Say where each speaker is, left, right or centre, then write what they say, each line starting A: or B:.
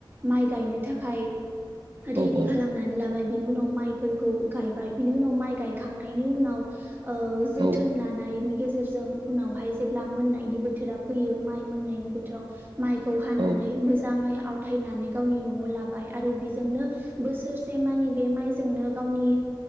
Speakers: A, on the right (about 25°); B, on the right (about 60°).
A: माइ गायनो थाखाय
B: औ
A: रेडि खालामनानै लाबाय बिनि उनाव माइफोरखौ गायबाय बिनि उनाव माइ गायखांनायनि उनाव जोथोन
B: औ
A: लानायनि गेजेरजों उनावहाय जेब्ला मोननायनि बोथोरा फैयो माइ मोननायनि बोथोराव माइखौ हानानै
B: औ औ
A: मोजांङै आवथायनानै गावनि नआव लाबाय आरो बेजोंनो बोसोरसे मानि बे माइजोंनो गावनि